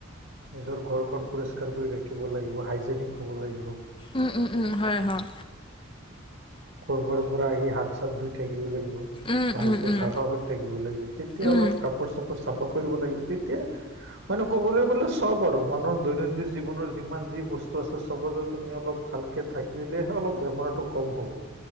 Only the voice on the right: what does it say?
নিজৰ ঘৰখন পৰিষ্কাৰ কৰি ৰাখিব লাগিব, হাইজেনিক হ'ব লাগিব।
কৰবাৰ পৰা আহি হাত চাত ধুই থাকিব লাগিব,
ভালকৈ
চাফা কৰি থাকিব লাগিব। তেতিয়া
অলপ কাপোৰ চাপোৰ চাফা কৰিব লাগিব, তেতিয়া মানে ক'বলৈ গ'লে চব আৰু মানুহৰ দৈনন্দিন জীৱনৰ যিমান যি বস্তু আছে চবতে তুমি অলপ ভালকে থাকিলেহে অলপ বেমাৰটো কম হ'ব।